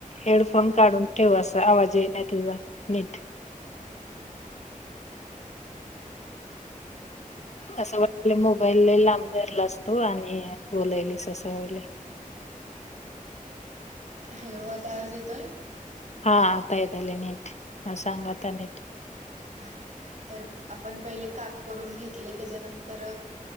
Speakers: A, on the left (about 55°); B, on the right (about 55°).
A: हेडफोन काढून ठेव असा आवाजही नाही तुझा नीट असं वाटले मोबाईल लई लांब धरलास तू आणि बोलायलीस असं व्हायले
B: हॅलो आता आवाज येतोय?
A: हा आता येतयले नीट, म सांग आता नीट,
B: हा तर आपण पहिले काप करून घेतले, त्याच्यानंतर